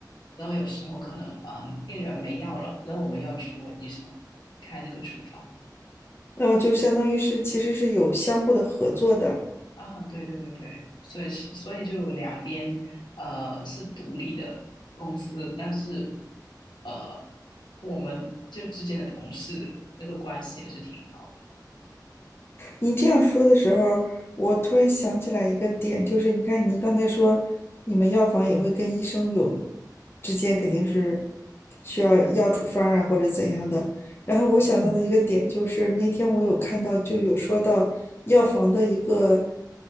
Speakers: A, on the left; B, on the left.
A: 然后有时候可能嗯、呃病人没药了，然后我们要去问医生开那个处方。
B: 哦，就相当于是其实是有相互的合作的。
A: 啊，对对对对，所以是所以就两边呃是独立的公司，但是呃我们就之间的同事那个关系也是挺好
B: 你这样说的时候，我突然想起来一个点，就是你看，你刚才说你们药房也会跟医生有
A: 的。嗯，
B: 之间肯定是需要药处方啊或者怎样的。然后我想到的一个点就是那天我有看到就有说到药房的一个，
A: 对。